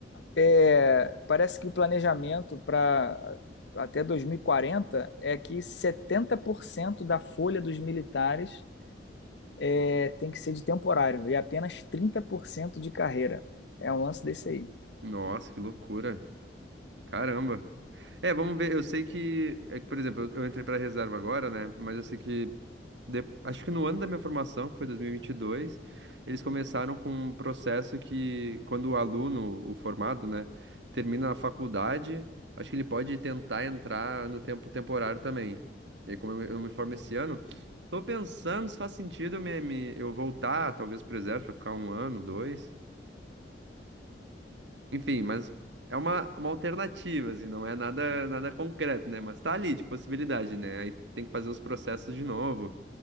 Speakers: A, on the left; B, on the right.
A: é, parece que o planejamento para até 2040 é que 70% da folha dos militares é, tem que ser de temporário e apenas 30% de carreira. É um lance desse aí.
B: Nossa, que loucura. Caramba. É, vamos ver. Eu sei que, é que, por exemplo, eu eu entrei pra reserva agora, né? Mas eu sei que de- acho que no ano da minha formação, que foi 2022, eles começaram com um processo que, quando o aluno, o formado, né, termina a faculdade, acho que ele pode tentar entrar no tempo temporário também. E aí, como eu, me eu me formo esse ano, tô pensando se faz sentido eu, me, me- eu voltar, talvez, pro exército, pra ficar um ano, dois. Enfim, mas é uma, uma alternativa, assim, não é nada, nada concreto, né? Mas tá ali de possibilidade, né? Aí tem que fazer os processos de novo